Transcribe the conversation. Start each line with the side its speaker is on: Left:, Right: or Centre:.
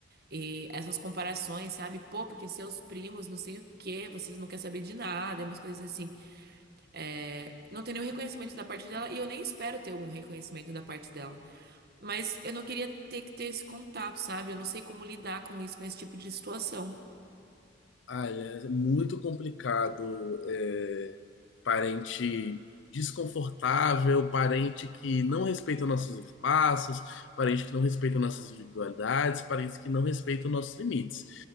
Right: E essas comparações, sabe? Pô, porque seus primos, não sei o quê, vocês não querem saber de nada, e umas coisas assim. É, Não tem nenhum reconhecimento da parte dela e eu nem espero ter algum reconhecimento da parte dela. Mas eu não queria ter que ter esse contato, sabe? Eu não sei como lidar com isso, com esse tipo de situação.
Left: Ai, é muito complicado. é, parente desconfortável, parente que não respeita nossos espaços, parente que não respeita nossas individualidades, parente que não respeita nossos limites.